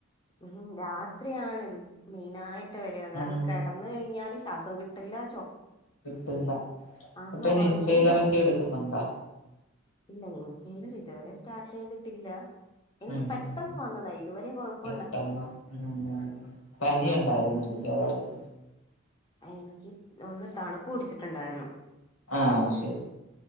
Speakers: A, on the left; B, on the left.
A: ഉം രാത്രിയാണ് ഇത് മെയിനായിട്ട് വരിക കാരണം
B: ഉം
A: കിടന്ന കഴിഞ്ഞാല് ശാസം കിട്ട ട്ടില്ലാ
B: കിട്ടില്ല
A: അന്ന്
B: അപ്പൊനി
A: ഉറങ്ങുന്നില്ല
B: ഇൻഹെല്ലറൊക്കെ എടുക്കുന്നുണ്ടോ
A: ഇല്ല ഇൻഹേലർ ഇതുവരെ സ്റ്റാർട്ട് ചെയ്തിട്ടില്ല എനിക്ക്
B: ഉം
A: പെട്ടെന്ന്
B: ഉം
A: വന്നതാ ഇതുവരെകൊഴപ്പ
B: പെട്ടെന്ന് ഉം പനി
A: അപ്പം
B: ഉണ്ടായിന്നായിരിക്കും അതായിരിക്കും
A: എനിക്ക് ഒന്ന് തണുപ്പ് പിടിച്ചിട്ടുണ്ടായിരുന്നു
B: ആ ശരി